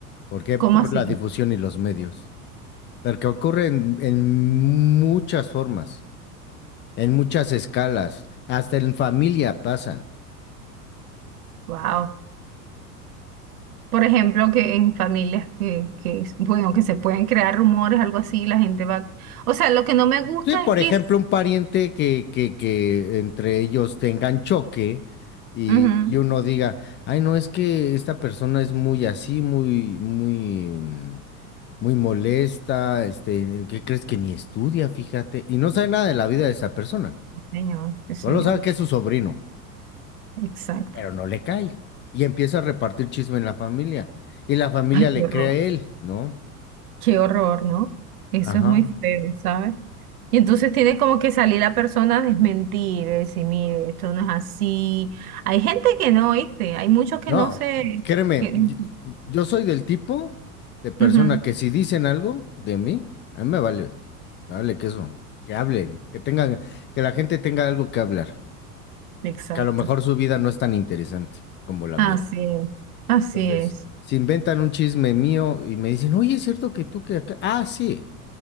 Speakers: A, on the left; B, on the right.
A: ¿Por qué?
B: ¿cómo
A: Por
B: así?
A: la difusión y los medios. Porque ocurre en en muchas formas. En muchas escalas, hasta en familia pasa.
B: Wow. Por ejemplo, que en familias que, que, es- bueno, que se pueden crear rumores, algo así, la gente va. O sea, lo que no me gusta
A: Sí, por
B: es que
A: ejemplo,
B: es.
A: un pariente que, que, que entre ellos tengan choque y,
B: Ujú.
A: y uno diga, ay, no, es que esta persona es muy así, muy, muy, mm, muy molesta, este, ¿qué crees que ni estudia, fíjate? Y no sabe nada de la vida de esa persona,
B: Sí, Señor, sí, señor.
A: solo sabe que es su sobrino,
B: Exacto.
A: pero no le cae. Y empieza a repartir chisme en la familia, y la familia
B: Ay,
A: le
B: qué horror.
A: cree a él, ¿no?
B: Qué horror, ¿no? Eso
A: Ajá.
B: es muy feo, ¿sabes? Y entonces tiene como que salir la persona a desmentir, a decir, mire, esto no es así. Hay gente que no, ¿viste? Hay muchos que
A: No,
B: no se...
A: créeme,
B: que-
A: y- yo soy del tipo de persona
B: Ujú,
A: que si dicen algo de mí, a mí me vale, me vale que eso, que hablen, que tengan, que la gente tenga algo que hablar,
B: Exacto.
A: porque a lo mejor su vida no es tan interesante como la
B: Así
A: mía.
B: es, así
A: Entonces,
B: es.
A: si inventan un chisme mío y me dicen, oye, ¿es cierto que tú que acá? Ah, sí,